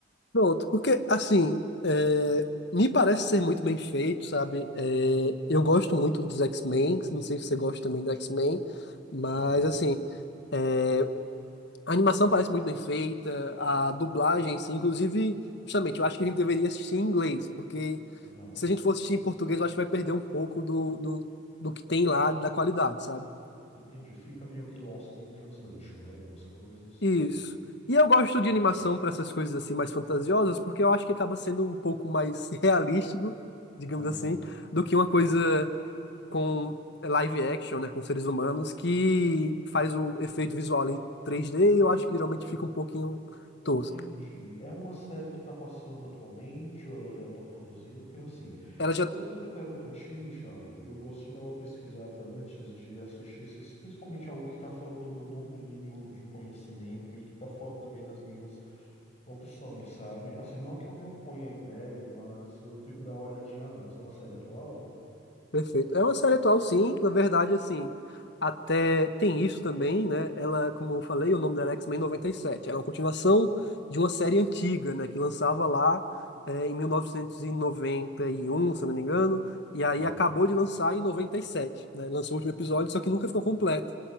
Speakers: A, on the left; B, on the left.
A: Pronto, porque assim, é, me parece ser muito bem feito, sabe? É, eu gosto muito dos X-Men, não sei se você gosta também do X-Men, mas
B: Uhum.
A: assim, é, a animação parece muito bem feita, a dublagem, sim. Inclusive, justamente, eu acho que a gente deveria assistir em inglês, porque
B: Aham,
A: se a gente for assistir em português, eu acho que vai perder um pouco do, do, do que tem lá, da qualidade, sabe?
B: entendi. Fica meio que Lost in Translation, né? Algumas coisas.
A: Isso. E eu gosto
B: Entendi.
A: de animação para essas coisas assim mais fantasiosas, porque eu acho que acaba sendo um pouco mais <laughs> realístico, digamos
B: Aham.
A: assim, do que uma coisa com live action, né, com seres humanos, que faz o efeito visual em 3D e eu acho que geralmente fica um pouquinho tosco.
B: Entendi. É uma série que está passando atualmente ou ela já está produzida? Porque assim,
A: Ela já
B: sendo bem sincero contigo, Thiago, eu gosto de dar uma pesquisada antes de assistir esses, principalmente algo que está fora do meu domínio de conhecimento e que está fora também das minhas opções, sabe? Assim, não que eu me oponha à ideia, mas eu tenho que dar uma olhadinha antes. É uma série atual?
A: Perfeito. É uma série atual, sim. Na verdade, assim, até tem isso também, né? Ela, como eu falei, o nome dela é X-Men 97. Ela é uma continuação de uma série antiga, né? Que lançava lá eh, em 1991 se eu não me engano. E aí
B: Aham.
A: acabou de lançar em 97, né? Lançou o último episódio, só que nunca ficou completo.